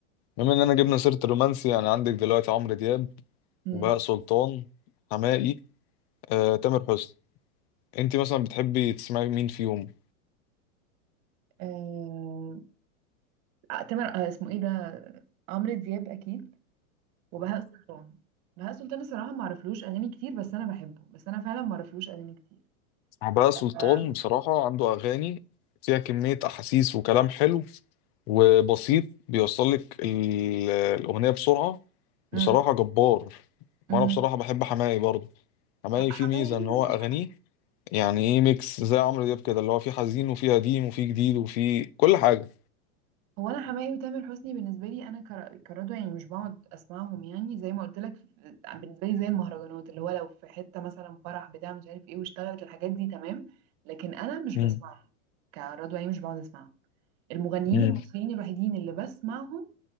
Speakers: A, on the left; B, on the right.
A: بما إننا جبنا سيرة الرومانسي أنا عندك دلوقتي عمرو دياب
B: مم.
A: وبهاء سلطان حماقي آه، تامر حسني أنت مثلا بتحبي تسمعي مين فيهم؟
B: آه... آه، تامر آه اسمه ايه ده عمرو دياب اكيد وبهاء سلطان بهاء سلطان الصراحه ما اعرفلوش اغاني كتير بس انا بحبه بس انا فعلا ما اعرفلوش اغاني كتير
A: عباس سلطان
B: آه...
A: بصراحة عنده أغاني فيها كمية أحاسيس وكلام حلو وبسيط بيوصل لك ال- الأغنية بسرعة
B: مم.
A: بصراحة جبار
B: مم.
A: وأنا بصراحة بحب حماقي برضه حماقي
B: حماقي
A: فيه ميزة إن هو
B: مش
A: أغانيه يعني إيه ميكس زي عمرو دياب كده اللي هو فيه حزين وفيه قديم وفيه جديد وفيه كل حاجة
B: هو انا حماقي وتامر حسني بالنسبه لي انا كر- كردوه يعني مش بقعد اسمعهم يعني زي ما قلت لك في- بالنسبه لي زي المهرجانات اللي هو لو في حته مثلا فرح بتاع مش عارف ايه واشتغلت الحاجات دي تمام لكن انا مش
A: مم.
B: بسمعهم كردوه يعني مش بقعد اسمعهم المغنيين
A: مم.
B: المصريين الوحيدين اللي بسمعهم